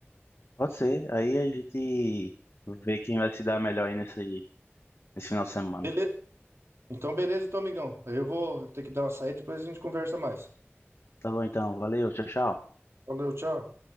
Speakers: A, on the left; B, on the right.
A: Pode ser. Aí a gente vê quem vai se dar melhor aí nesse, nesse final de semana.
B: Beleza? Então, beleza, então, amigão. Aí Eu vou ter que dar uma saída, depois a gente conversa mais.
A: Tá bom, então. Valeu, tchau, tchau.
B: Valeu, tchau.